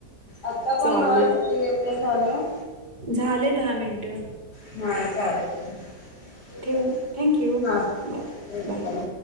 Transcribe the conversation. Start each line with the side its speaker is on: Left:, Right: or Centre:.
Left: आता पण
Right: चालेल.
Left: बाबा किती हे ते झालं.
Right: झाले दहा मिनट
Left: हा चालतंय ठीक
Right: ठेव
Left: आहे
Right: थँक यू
Left: हा
Right: बाय
Left: वेलकम.
Right: बाय